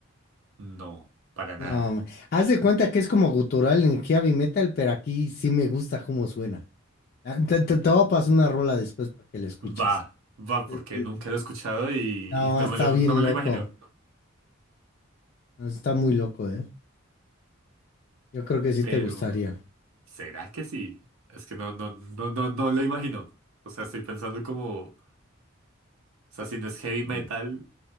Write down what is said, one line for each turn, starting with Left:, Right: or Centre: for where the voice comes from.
Right: No, para
Left: No,
Right: nada.
Left: ma- haz de cuenta que es como gutural en heavy metal, pero aquí sí me gusta cómo suena. Ah, Te, te- te voy a pasar una rola después para que la escuches.
Right: Va, va, porque
Left: Eh, eh,
Right: nunca lo he escuchado y
Left: No,
Right: <laughs> no
Left: está
Right: me lo,
Left: bien
Right: no me
Left: loco.
Right: lo imagino.
Left: No, Está muy loco, ¿eh? Yo creo que sí
Right: Pero,
Left: te gustaría.
Right: ¿será que sí? Es que no, no, no, no, no lo imagino. O sea, estoy pensando como, o sea, si no es heavy
Left: Mm.
Right: metal.